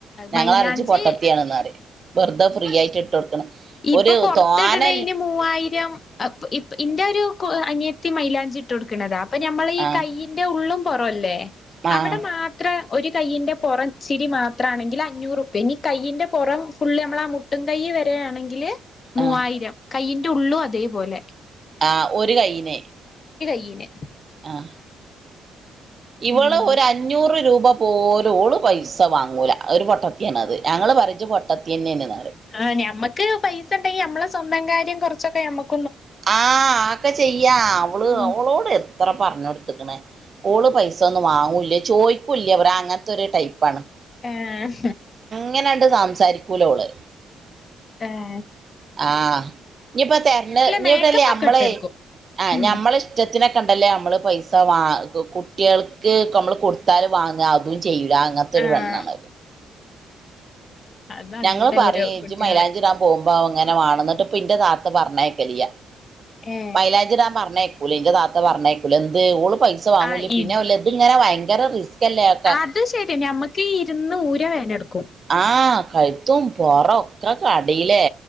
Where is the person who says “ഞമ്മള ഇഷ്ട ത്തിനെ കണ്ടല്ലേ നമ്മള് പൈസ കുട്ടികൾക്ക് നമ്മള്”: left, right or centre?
Right